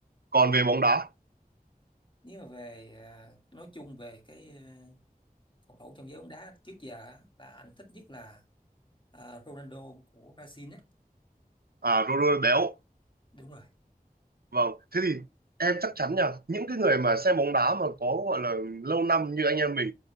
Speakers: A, on the right; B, on the left.
A: còn về bóng đá
B: nếu mà về ờ, nói chung về cái ờ, phòng thủ trong giới bóng đá trước giờ á, là anh thích nhất là ờ, Ronaldo của Brazil á
A: à Ronaldo béo
B: đúng rồi
A: Vâng, thế thì em chắc chắn nha, những cái người mà xem bóng đá mà có gọi là lâu năm như anh em mình